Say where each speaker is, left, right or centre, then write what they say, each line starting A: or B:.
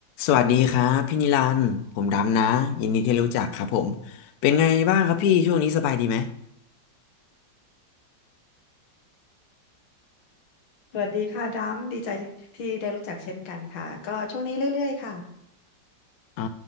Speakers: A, on the left; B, on the left.
A: สวัสดีครับพี่นิรันดร์ผมดำนะยินดีที่รู้จักครับผมเป็นไงบ้างครับพี่ช่วงนี้สบายดีไหม
B: สวัสดีค่ะดัมดีใจที่ได้รู้จักเช่นกันค่ะก็ช่วงนี้เรื่อยๆค่ะ
A: อ่า